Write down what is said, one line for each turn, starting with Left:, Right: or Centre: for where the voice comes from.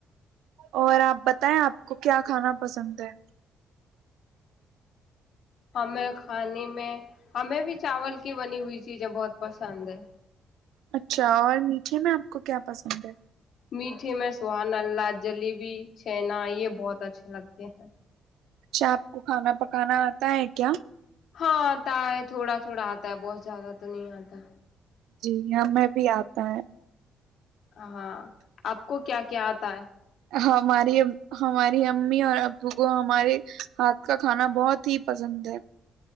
Right: اور آپ بتائیں آپ کو کیا کھانا پسند ہے
Left: ہمیں کھانے میں ہمیں بھی چاول کی بنی ہوئی چیزیں بہت پسند ہے
Right: اچھا اور میٹھے میں آپ کو کیا پسند ہے
Left: میٹھے میں سہانلہ جلیبی چنا یہ بہت اچھے لگتے ہیں
Right: اچھا آپ کو کھانا پکانا آتا ہے کیا
Left: ہاں آتا ہے تھوڑا تھوڑا آتا ہے بہت زیادہ تو نہیں آتا
Right: دیا میں بھی آتا ہے
Left: ہاں آپ کو کیا کیا آتا ہے
Right: ہماری ہماری امی اور ابو کو ہمارے ہاتھ کا کھانا بہت ہی پسند ہے